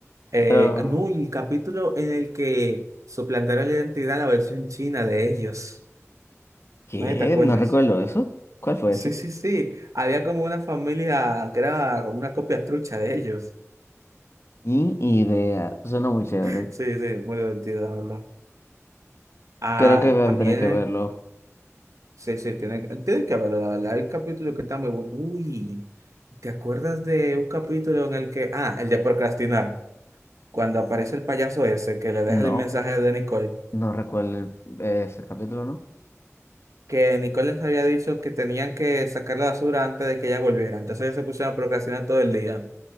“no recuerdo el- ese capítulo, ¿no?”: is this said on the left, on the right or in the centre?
Left